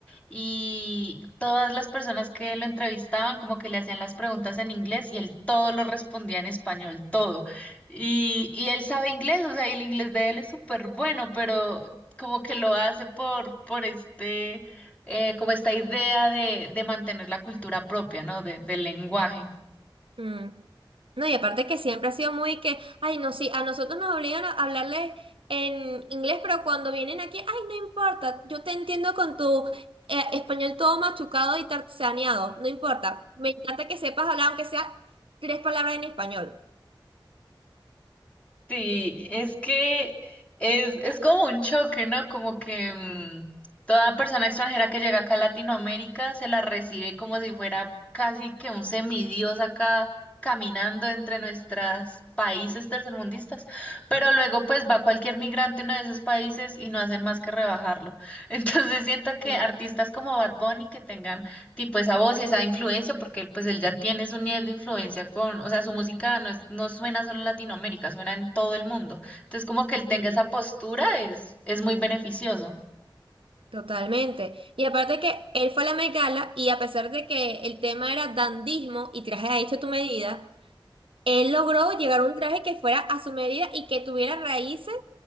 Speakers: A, on the left; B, on the right.
A: y todas las personas que lo entrevistaban como que le hacían las preguntas en inglés y él todo lo respondía en español, todo. Y, y él sabe inglés, o sea, y el inglés de él es súper bueno, pero como que lo hace por, por este, eh, como esta idea de, de mantener la cultura propia, ¿no? De, del lenguaje.
B: Mm. No, y aparte que siempre ha sido muy que, ay, no, sí, a nosotros nos obligan a hablarles en inglés, pero cuando vienen aquí, ay, no importa, yo te entiendo con tu eh, español todo machucado y tartaneado, no importa. Me encanta que sepas hablar, aunque sea tres palabras en español.
A: Sí, es que es, es como un choque, ¿no? Como que mm, toda persona extranjera que llega acá a Latinoamérica se la recibe como si fuera casi que un semidios acá caminando entre nuestros países tercermundistas. Pero luego pues va cualquier migrante a uno de esos países y no hacen más que rebajarlo. <laughs> Entonces siento que
B: Mm.
A: artistas como Bad Bunny que tengan tipo esa voz y esa influencia, porque él, pues él ya tiene su nivel de influencia con, o sea, su música no es, no suena solo en Latinoamérica, suena en todo el mundo. Entonces, como que él
B: Ujú.
A: tenga esa postura es, es muy beneficioso.
B: Totalmente. Y aparte que él fue a la Met Gala y a pesar de que el tema era dandismo y traje a hecho tu medida, Él logró llegar a un traje que fuera a su medida y que tuviera raíces